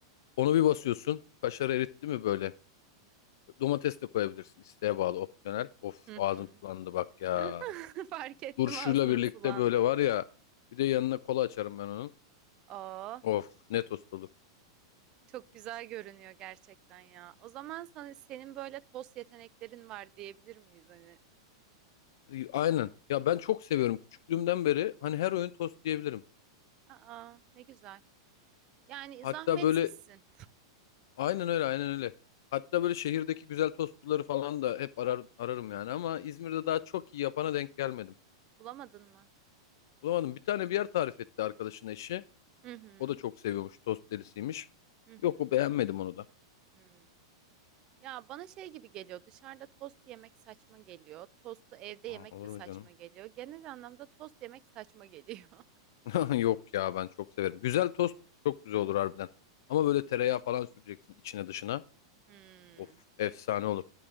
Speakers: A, on the left; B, on the right.
A: Onu bir basıyorsun. Kaşarı eritti mi böyle? Domates de koyabilirsin isteğe bağlı opsiyonel. Of
B: Hı
A: ağzım
B: hı.
A: sulandı bak
B: <laughs>
A: ya.
B: Fark ettim
A: Turşuyla
B: ağzının
A: birlikte
B: sulandığını.
A: böyle var ya. Bir de yanına kola açarım ben onun.
B: Aa,
A: Of ne tost olur.
B: çok güzel görünüyor gerçekten ya. O zaman sana, senin böyle tost yeteneklerin var diyebilir miyiz hani?
A: E, Aynen. Ya ben çok seviyorum. Küçüklüğümden beri hani her oyun tost diyebilirim.
B: Aa, ne güzel. Yani
A: Hatta
B: zahmetsizsin.
A: böyle aynen öyle aynen öyle. Hatta böyle şehirdeki güzel tostçuları falan da hep arar, ararım yani ama İzmir'de daha çok iyi yapana denk gelmedim.
B: Bulamadın mı?
A: Bulamadım. Bir tane bir yer tarif etti arkadaşına eşi.
B: Hı hı.
A: O da çok seviyormuş. Tost delisiymiş.
B: Hı hı.
A: Yok o beğenmedim onu da.
B: hı. Ya bana şey gibi geliyor. Dışarıda tost yemek saçma geliyor. Tostu evde yemek
A: Aa, olur
B: de saçma
A: mu canım?
B: geliyor. Genel anlamda tost yemek saçma geliyor. <laughs>
A: <laughs> Yok ya ben çok severim. Güzel tost çok güzel olur harbiden. Ama böyle tereyağı falan süreceksin içine dışına.
B: Hmm.
A: Of efsane olur.